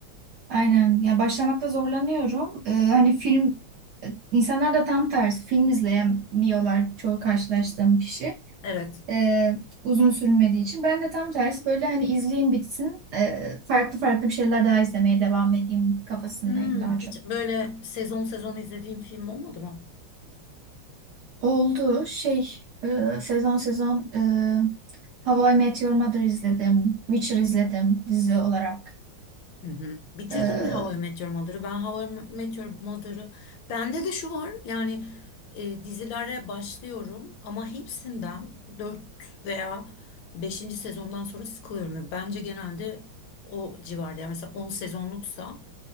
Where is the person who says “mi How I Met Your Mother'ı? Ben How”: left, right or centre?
Left